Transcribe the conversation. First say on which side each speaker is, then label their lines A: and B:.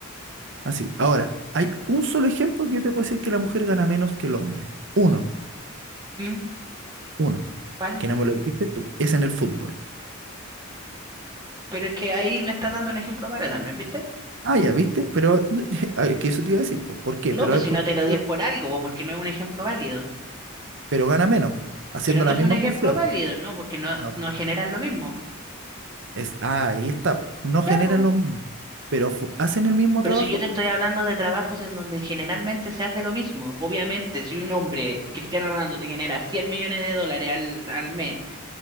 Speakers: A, on the right; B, on the right.
A: Así. Ahora, hay un solo ejemplo que yo te puedo decir que la mujer gana menos que el hombre. Uno,
B: Mm,
A: uno,
B: ¿Cuál?
A: que no me lo dijiste tú, es en el fútbol.
B: Pero es que ahí me estás dando un ejemplo malo también, ¿viste?
A: Ah, ya, ¿viste? Pero <laughs> es que eso te iba a decir, pues, ¿por qué?
B: No,
A: Pero
B: pues
A: es
B: si
A: porque...
B: no te lo dies por algo, pues, porque no es un ejemplo válido.
A: pero gana menos, po, haciendo
B: Pero no
A: la
B: es
A: misma
B: un ejemplo
A: función.
B: válido, no, porque no,
A: No,
B: no generan lo mismo.
A: es, ah, ahí está, po, No
B: Ya,
A: generan
B: pues.
A: lo mismo, pero fu- hacen el mismo
B: Pero
A: trabajo.
B: si yo te estoy hablando de trabajos en donde generalmente se hace lo mismo, obviamente si un hombre, Cristiano Ronaldo, te genera 100 millones de dólares al, al mes,